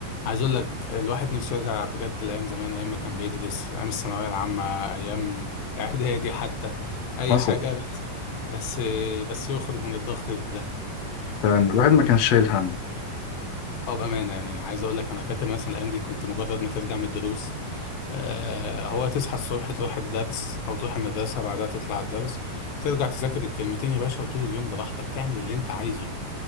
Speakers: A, on the left; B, on the left.
A: عايز اقول لك الواحد نفسه يرجع بجد لايام زمان ايام ما كان بيدرس ايام الثانويه العامه ايام <laughs> اعدادي حتى اي
B: حصل
A: حاجه بس بس بس يخرج من الضغط ده
B: فعلا الواحد ما كانش شايل هم
A: او بامانه يعني عايز اقول لك انا فاكر مثلا الايام دي كنت مجرد ما ترجع من الدروس آه، هو تصحى الصبح تروح الدرس او تروح المدرسه بعدها تطلع الدرس ترجع تذاكر الكلمتين يا باشا وطول اليوم براحتك تعمل اللي انت عايزه